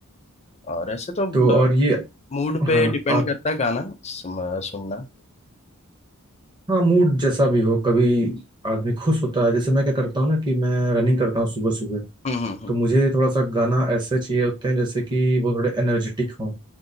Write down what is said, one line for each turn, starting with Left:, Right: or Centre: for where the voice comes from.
Left: और ऐसे तो
Right: तो और ये
Left: मूड पे
Right: हाँ
Left: डिपेंड
Right: आपका
Left: करता है गाना सुन- सुनना
Right: मूड जैसा भी हो कभी आदमी खुश होता है जैसे मैं क्या करता हूँ ना कि मैं रनिंग करता हूँ सुबह सुबह
Left: हम्म हम्म हम्म
Right: तो मुझे थोड़ा सा गाना ऐसे चाहिए होते हैं जैसे कि वो थोड़े एनर्जेटिक हों